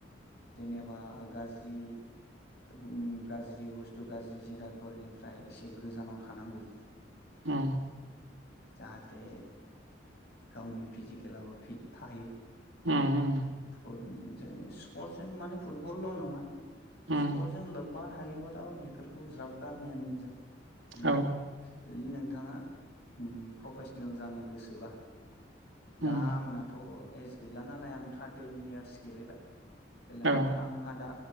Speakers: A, on the left; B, on the right.
A: जेनेबा गाज्रि ओम गाज्रि बुस्थु गाज्रि जिरादफोरनिफ्राय एसे गोजानाव थानांगौ
B: ओम
A: जाहाथे गावनि फिजिकेलाबो फिट थायो
B: उम उम
A: जों स्पर्टसजों माने फुटबलल' नङा
B: उम
A: सपर्टजों लोब्बा थायोबाथाब बेफोरखौ ज्राब गारनायानो मोजां जुद
B: औ
A: जुदि नोंथाङा ओम प्रफेसनेल जानो गोसोबा दा
B: उम
A: आंनाथ' एस गैला नालाय आं थार्ड टेन इयार्स गेलेबाय। गेलेनानै
B: औ
A: आंहा दा